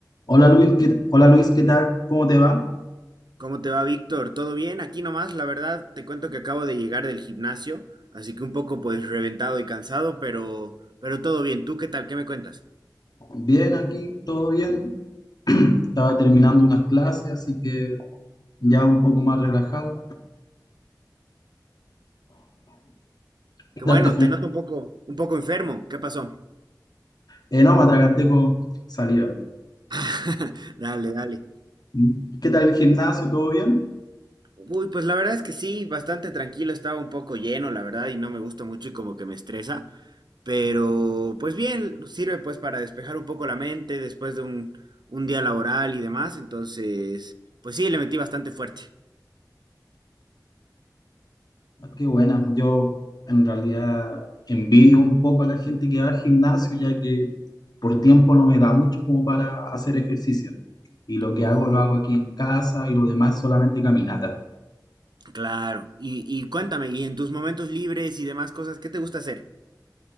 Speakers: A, on the left; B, on the right.
A: Hola Luis, ¿qué, hola Luis, ¿qué tal? ¿Cómo te va?
B: ¿Cómo te va, Víctor? ¿Todo bien? Aquí nomás, la verdad, te cuento que acabo de llegar del gimnasio, así que un poco pues reventado y cansado, pero pero todo bien. ¿Tú qué tal? ¿Qué me cuentas?
A: Bien aquí, todo bien. <clears throat> Estaba terminando unas clases, así que ya un poco más relajado. ¿Qué
B: Que
A: tal
B: bueno,
A: te fue?
B: te noto un poco un poco enfermo. ¿Qué pasó?
A: Eh, no, me atraganté con saliva.
B: <laughs> Dale, dale.
A: Mm. <laughs> ¿Qué tal el gimnasio? ¿Todo bien?
B: Uy, pues la verdad es que sí, bastante tranquilo, estaba un poco lleno, la verdad, y no me gusta mucho y como que me estresa, pero pues bien, sirve pues para despejar un poco la mente después de un un día laboral y demás, entonces, pues sí, le metí bastante fuerte.
A: Ah, Qué buena. Yo en realidad envidio un poco a la gente que va al gimnasio, ya que por tiempo no me da mucho como para hacer ejercicio. Y lo
B: Oh.
A: que hago lo hago aquí en casa y lo demás es solamente caminata.
B: Claro. Y, y cuéntame, y en tus momentos libres y demás cosas, ¿qué te gusta hacer?